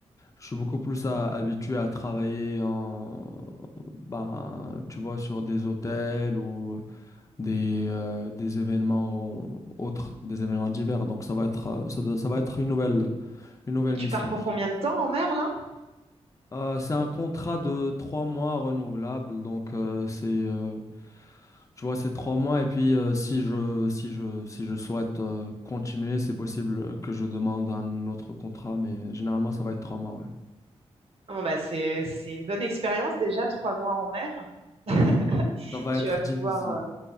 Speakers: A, on the left; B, on the right.
A: Je suis beaucoup plus à- habitué à travailler en, ben, tu vois, sur des hôtels ou des, euh, des événements au- autres, des événements divers. Donc ça va être, euh, ça, doit- ça va être une nouvelle, une nouvelle
B: Et tu
A: mission,
B: pars pour combien de temps en mer, là?
A: Euh, c'est un contrat de trois mois renouvelable, donc euh, c'est, euh, tu vois, c'est trois mois et puis euh, si je, si je, si je souhaite euh, continuer, c'est possible euh, que je demande un autre contrat, mais généralement ça va être trois mois, ouais.
B: Bon, bah, c'est, c'est une bonne expérience déjà, trois mois en mer. <laughs>
A: Ça va
B: Tu
A: être
B: vas pouvoir...
A: difficile.
B: euh,